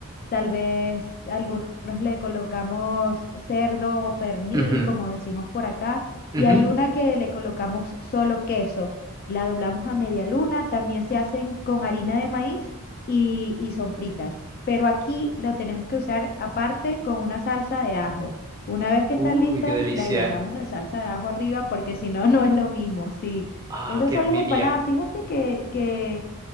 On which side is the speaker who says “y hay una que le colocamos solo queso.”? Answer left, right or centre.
Left